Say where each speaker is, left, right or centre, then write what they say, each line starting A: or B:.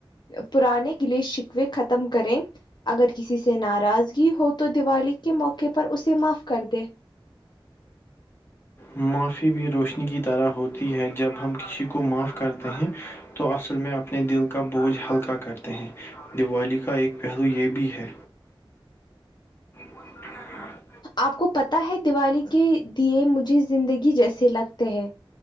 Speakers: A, on the left; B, on the left.
A: پرانے گلش شکوے ختم کریں اگر کسی سے ناراضگی ہو تو دیوالی کے موقعے پر اسے معاف کر دے
B: معافی بھی روشنی کی طرح ہوتی ہے جب ہم کسی کو معاف کرتے ہیں تو اصل میں اپنے دل کا بوجھ ہلکا کرتے ہیں دیوالی کا ایک پہلو یہ بھی ہے <inaudible>
A: آپ کو پتا ہے دیوالی کے دیے مجھے زندگی جیسے لگتے ہے